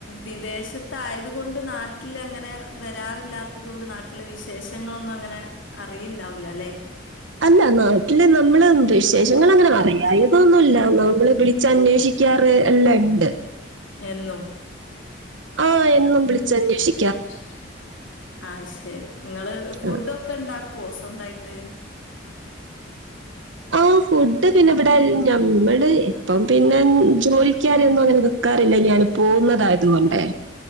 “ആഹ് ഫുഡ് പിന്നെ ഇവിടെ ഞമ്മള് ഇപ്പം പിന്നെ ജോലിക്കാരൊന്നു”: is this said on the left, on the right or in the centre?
Right